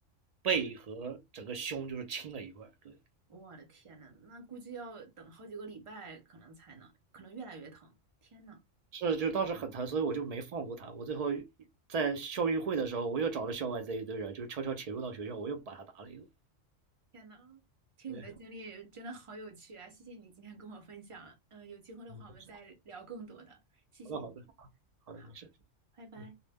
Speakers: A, on the right; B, on the right.
A: 背和整个胸就是青了一块儿对，
B: 我的天呐，那估计要等好几个礼拜，可能才能，可能越来越疼。天呐，
A: 是就当时很疼，所以我就没放过他。我最后在校运会的时候，我又找了校外这一堆人，就是悄悄潜入到学校，我又把他打了一顿。
B: 天呐，听你的经历真的好有趣啊！
A: 对，
B: 谢谢你今天跟我分享，嗯、有机会的话我们再聊更多的，
A: 嗯，好
B: 谢谢你。
A: 的好的好的，
B: 好，
A: 没事，
B: 拜拜。
A: 嗯。